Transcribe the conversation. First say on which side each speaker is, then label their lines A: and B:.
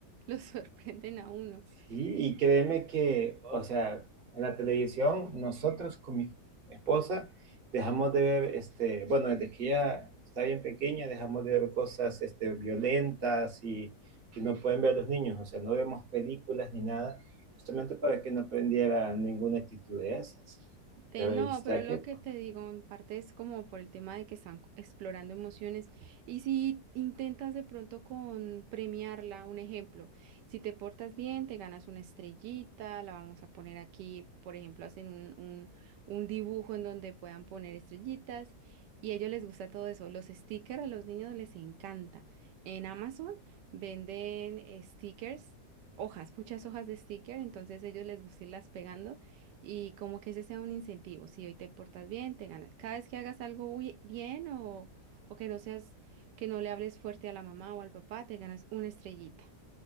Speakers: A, on the right (about 85°); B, on the right (about 35°).
A: los <laughs> sorprenden a uno.
B: Sí, y créeme que, o sea, en la televisión nosotros con mi esposa dejamos de ver, este, bueno, desde que ella está bien pequeña, dejamos de ver cosas, este, violentas y que no pueden ver los niños, o sea, no vemos películas ni nada, justamente para que no aprendiera ninguna actitud de esas.
A: Te-
B: Pero
A: no,
B: ahí está
A: pero lo
B: que pues,
A: que te digo en parte es como por el tema de que están explorando emociones y si intentas de pronto con premiarla, un ejemplo, si te portas bien, te ganas una estrellita, la vamos a poner aquí, por ejemplo, hacen un, un, un dibujo en donde puedan poner estrellitas y a ellos les gusta todo eso. Los stickers a los niños les encanta. En Amazon venden eh, stickers. Hojas, muchas hojas de sticker, entonces a ellos les gusta irlas pegando y como que ese sea un incentivo. Si hoy te portas bien, te ganas. Cada vez que hagas algo bui- bien o, o que no seas, que no le hables fuerte a la mamá o al papá, te ganas una estrellita.